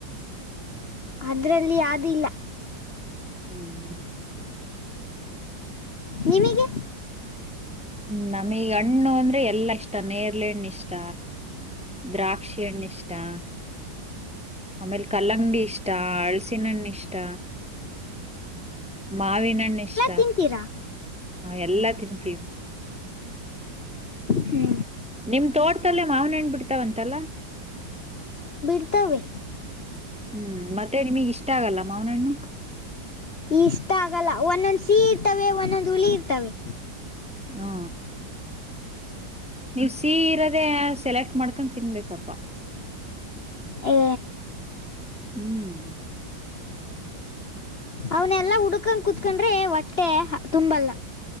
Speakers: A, on the left (about 40°); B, in the centre.
A: ಅದರಲ್ಲಿ ಯಾವ್ದು ಇಲ್ಲ
B: ಹ್ಮ್
A: ನಿಮಗೆ
B: ಹ್ಮ್ ನಮಗ್ ಹಣ್ಣು ಅಂದ್ರೆ ಎಲ್ಲಾ ಇಷ್ಟ ನೇರ್ಲೆಣ್ಣ ಇಷ್ಟ ದ್ರಾಕ್ಷಿಣ್ಣ ಇಷ್ಟಾ ಆಮೇಲ್ ಕಲ್ಲಂಗಡಿ ಇಷ್ಟ ಅಳ್ಸಿನ್ಣ ಇಷ್ಟ ಮಾವಿನಣ್ಣ ಎಷ್ಟ
A: ತಿನ್ತೀರಾ
B: ಹಾ ಎಲ್ಲಾ ತಿಂತೀವಿ
A: ಹಾ
B: ನಿಮ್ ತೋಟದಲ್ಲೇ ಮಾವನಹಣ್ ಬಿಡ್ತಾವಂತಲ್ಲ
A: ಉತ್ತವಿ
B: ಹ್ಮ್ ಮತ್ತೆ ನಿಮಗ್ ಇಷ್ಟ ಆಗಲ್ಲ ಮಾವನಣ್ಣು
A: ಇಷ್ಟ ಆಗಲ್ಲ ಒಂದೊಂದ್ ಸಿಹಿ ಇರ್ತವೆ ಒಂದೊಂದ್ ಹುಳಿ ಇರ್ತವೆ
B: ಹಾ ನೀವ್ ಸಿಹಿ ಇರೋದೆ ಸೆಲೆಕ್ಟ್ ಮಾಡ್ಕೊಂಡು ತಿನ್ಬೇಕಪ್ಪಾ
A: ಹೇ....
B: ಹ್ಮ್
A: ಅವನೆಲ್ಲಾ ಹುಡ್ಕೊಂಡ ಕುತ್ಕೊಂಡ್ರೆ ಹೊಟ್ಟೆ ತುಂಬಲ್ಲ